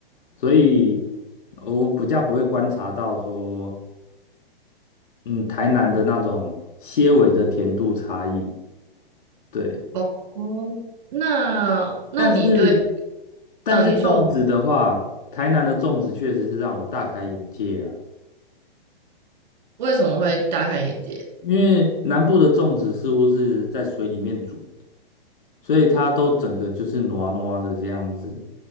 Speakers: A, on the left; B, on the right.
A: 所以呃我比较不会观察到说，嗯，台南的那种些微的甜度差异，对，
B: 哦，那那你对，
A: 但是但是粽子的话，
B: 嗯、你说
A: 台南的粽子确实是让我大开眼界啊。
B: 为什么会大开眼界？
A: 因为南部的粽子似乎是在水里面煮，所以它都整个就是糯糯的这样子，